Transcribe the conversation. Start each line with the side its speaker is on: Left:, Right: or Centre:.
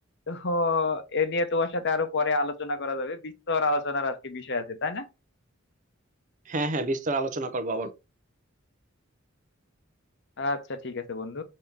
Left: তো এ নিয়ে তোমার সাথে আরো পরে আলোচনা করা যাবে বিস্তর আলোচনার আর কি বিষয় আছে তাই না
Right: হ্যাঁ হ্যাঁ বিস্তর আলোচনা করবো আবার
Left: আচ্ছা ঠিক আছে বন্ধু